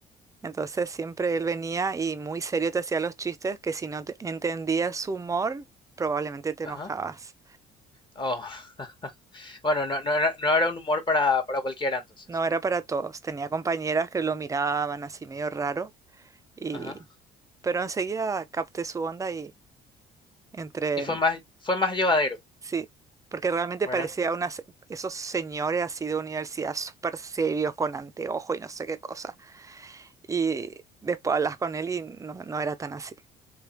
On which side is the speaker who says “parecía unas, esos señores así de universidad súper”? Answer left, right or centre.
Right